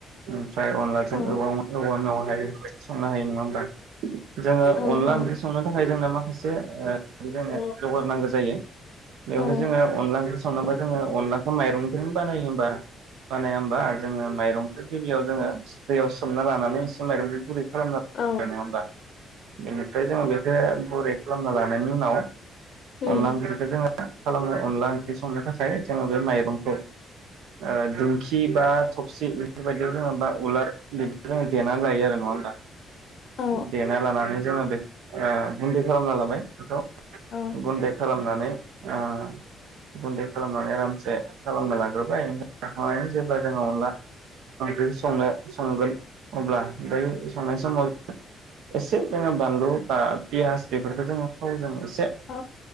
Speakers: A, on the right; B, on the left.
A: ओमफ्राय अनलाजों
B: औ
A: औ-औवा मेवाय संनो हायो नङा होमबा। जोङो
B: औ
A: अनला
B: औ
A: ओंख्रि संनो थाखाय जोंना मा मोनसे ओ जोंनो
B: औ
A: जौगार नांगौ जायो। बेवहाय
B: औ
A: जोङो अनला ओंख्रि संनोबो जोङो अनलाखौ माइरंदोनो बानायो होमबा बानाया होमबा? जोङो माइरं गिबियाव जोङो दैयाव सोमना लानानै एसे माइरं <unintelligible> नङा
B: औ
A: होमबा बेनिफ्राय जोङो बेखो गुरै खालामना लानायनि उनाव
B: उम
A: अनला ओंख्रिखो जोङो खालामनो अनला ओंख्रि संनो थाखाय जोङो बे माइरंखौ ओ दिंखि बा थबसि बेफोरबायदियाव जोङो बा उलार बिदि जोङो देना लायो आरो नङा होमबा?
B: औ
A: देना लानानै जोङो बे ओ गुन्दै खालामना लाबाय बेखौ
B: औ
A: गुन्दै खालामनानै ओ गुन्दै खालामनानै आरामसे खालामना लाग्रोबाय <unintelligible> जेब्ला जोङो अनला ओंख्रि संनो संगोन अब्ला बै संनाय समाव एसे जोङो बानलु बा पियास बेफोरखौ जोङो थाव जों एसे
B: औ